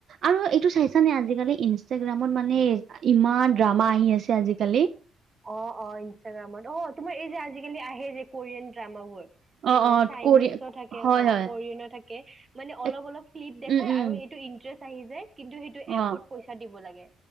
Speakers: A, on the right; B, on the right.
A: আৰু এইটো চাইছা নে আজিকালি ইনষ্টাগ্ৰামত মানে ইমান ড্ৰামা আহি আছে আজিকালি।
B: অ অ ইনষ্টাগ্ৰামত অ তোমাৰ এই যে আজিকালি আহে যে কোৰিয়ান ড্ৰামাবোৰ
A: অ',
B: তোমাৰ
A: অ',
B: চাইনিজ
A: কৰি
B: ও থাকে
A: হয়
B: অ
A: হয়
B: কোৰিয়ান ও থাকে। মানে অলপ
A: এ
B: অলপ ক্লিপ দেখাই
A: উম, উম,
B: আৰু এইটো ইন্টাৰেষ্ট আহি যায় কিন্ত সেইটো
A: অ',
B: এপত পইচা দিব লাগে